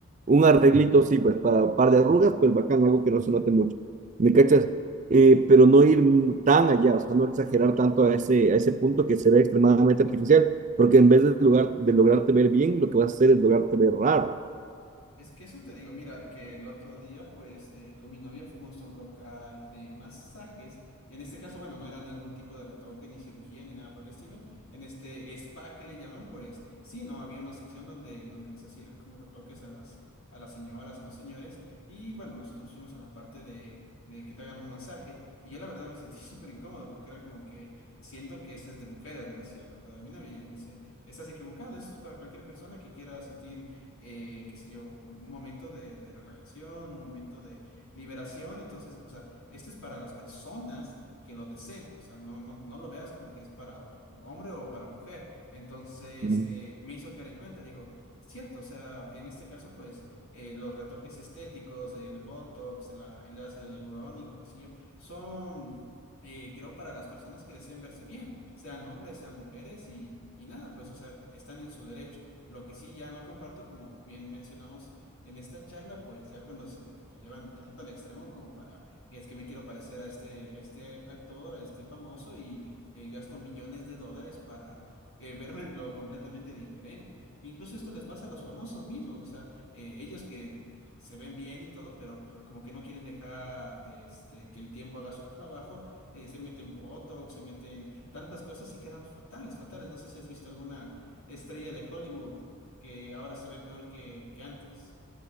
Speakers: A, on the right; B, on the left.
A: un arreglito, sí, pues para un par de arrugas, pues bacán, algo que no se note mucho, ¿me cachas? Eh, pero no ir tan allá, o sea, no exagerar tanto a ese, a ese punto que se ve extremadamente artificial, porque en vez de, lugar, de lograrte ver bien, lo que vas a hacer es lograrte ver raro.
B: Es que eso te digo, mira, que el otro día, pues, eh, con mi novia fuimos a un local de masajes. En este caso, bueno, no era ningún tipo de retoque, ni cirugía, ni nada por el estilo. En este spa que le llaman, pues, sí, no, había una sección donde, donde les hacían como retoques a las, a las señoras, a los señores. Y bueno, nosotros fuimos a la parte de, de que te hagan un masaje. Y yo la verdad me sentí <laughs> súper incómodo porque era como que siento que este es de mujeres, le decía la verdad a mi novia. Y ella me dice, estás equivocado, esto es para cualquier persona que quiera sentir eh, qué sé yo, un momento de, de relajación, un momento de liberación. Entonces, o sea, este es para las personas que lo deseen. O sea, no, no, no lo veas como que es para hombre o para mujer. Entonces,
A: Mm-hmm.
B: eh, me hizo caer en cuenta, digo, cierto, o sea, en este caso, pues, eh, los retoques estéticos, el Botox, la- el ácido hialurónico, qué sé yo, son eh, creo, para las personas que deseen verse bien, sean hombres, sean mujeres y, y nada, pues, o sea, están en su derecho. Lo que sí ya no comparto, como bien mencionamos en esta charla, pues ya cuando se lo llevan tanto al extremo como para, y es que me quiero parecer a este, a este actor, a este famoso y eh, gasto millones de dólares para eh, verme lo completamente diferente. Incluso esto les pasa a los famosos mismos, o sea, eh, ellos que se ven bien y todo, pero como que no quieren dejar este, que el tiempo haga su trabajo, eh, se meten Botox, se meten tantas cosas y quedan fatales, fatales. No sé si has visto alguna estrella de Hollywood, que ahora se ve peor que, que antes.